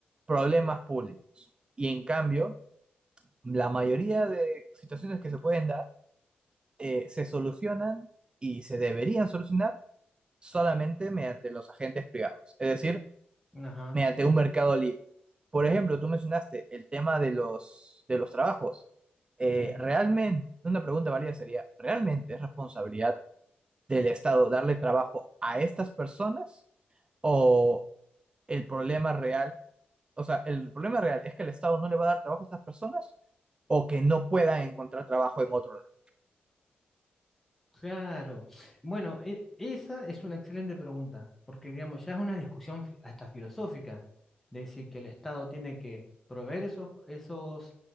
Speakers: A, on the right; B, in the centre.
A: problemas públicos. Y en cambio, la mayoría de situaciones que se pueden dar eh, se solucionan y se deberían solucionar solamente mediante los agentes privados, es decir,
B: Ajá.
A: mediante
B: Sí.
A: un mercado libre. Por ejemplo, tú mencionaste el tema de los, de los trabajos.
B: Sí.
A: realmente, una pregunta válida sería, ¿realmente es responsabilidad del Estado darle trabajo a estas personas? ¿O el problema real, o sea, el problema real es que el Estado no le va a dar trabajo a estas personas o que no puedan encontrar trabajo en otro lado?
B: Claro. Bueno, e- esa es una excelente pregunta, porque digamos, ya es una discusión fi- hasta filosófica, de decir que el Estado tiene que proveer esos, esos,